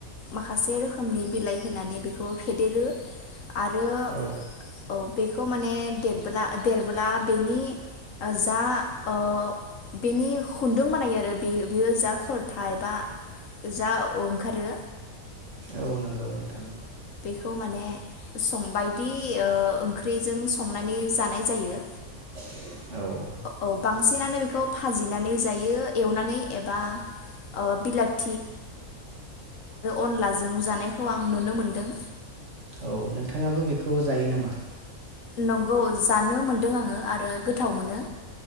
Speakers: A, on the left (about 65°); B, on the right (about 55°).
A: माखासे रोखोमनि बिलाइ होनानै बेखौ फेदेरो। आरो
B: औ
A: औ बेखौ माने देबोला देरबोला बेनि ओ जा अ' बेनि खुन्दुं बानायो आरो बे बेयो जा खरथाय बा जा अंखारो।
B: औ नंगौ नोंथां।
A: खौ माने संबायदि ओ ओंख्रिजों संनानै जानाय जायो।
B: औ
A: औ बांसिनानो बेखौ भाजिनानै जायो एवनानै एबा ओ बिलाथ अनलाजों जानायखौ आं नुनो मोनदों
B: औ नोंथ थाङाबो बेखौ जायो नामा?
A: नंगौ जानो मोनदों आङो आरो गोथाव मोनो।